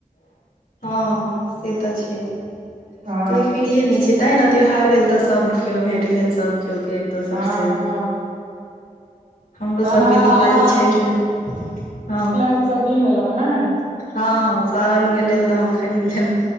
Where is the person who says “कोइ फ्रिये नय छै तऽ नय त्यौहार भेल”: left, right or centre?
Left